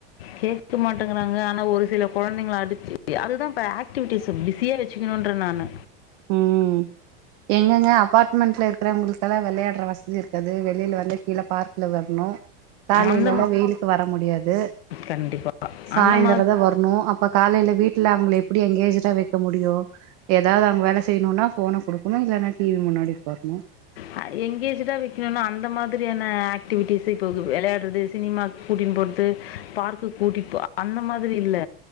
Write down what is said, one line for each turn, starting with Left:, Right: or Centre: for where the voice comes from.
Left: கேக்க மாட்டேங்கறாங்க ஆனா ஒரு சில கொழந்தைங்கள அடிச்சி அதுதா இப்ப ஆக் டிவிட்டிஸ்சு பிஸியாக வெச்சுக்கிணுன்ற நானு
Right: ம் எங்கங்க அப்பார்ட்மெண்ட்ல இருக்கறவங்ளுக் கெலா வெளையாட்ற வசதி இருக்காது வெளில வந்து கீழ பார்க்ல வர்ணு காலைலல்லா
Left: அந்த
Right: வெயிலுக்கு வர முடியாது
Left: கண்டிப்பா.
Right: சாய்ந்தரதா
Left: அந்த மாதிரி
Right: வர்ணு அப் ப்ப காலைல வீட்ல அவுங்கள எப்டி எங்கேஜ்டுடா வெக்க முடியு எதாவ்த வேல செய்ணுனா ஃபோன குடுக்கணு இல்லனா டி வி முன்னாடி வுக்கார்னு
Left: அ எங்கேஜ்டுடா வெக்ணுனா அந்த மாதிரியான ஆக்டிவிட்டிஸ்சு இப்பகு வெளையாட்றது சினிமாக் கூட்டின் போறது ஃபார்க்குக் கூட்டிட்போ அந்த மாதிரி இல்ல